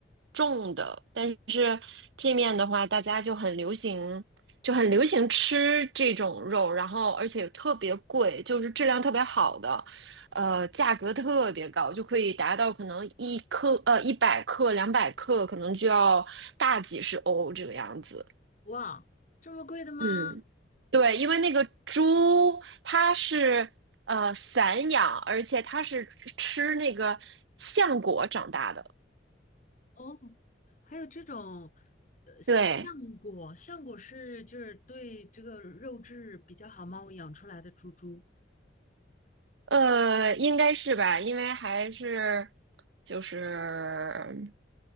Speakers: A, on the right; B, on the left.
A: 重的，但是这面的话，大家就很流行，就很流行吃这种肉，然后而且特别贵，就是质量特别好的，呃，价格特别高，就可以达到可能一克呃一百克、两百克，可能就要大几十欧这个样子。
B: 哇，这么贵的吗？
A: 嗯。对，因为那个猪它是呃散养，而且它是吃那个橡果长大的。
B: 哦，还有这种。呃，橡果，
A: 对，
B: 橡果是就是对这个肉质比较好嘛，我养出来的猪猪。
A: 呃，应该是吧，因为还是就是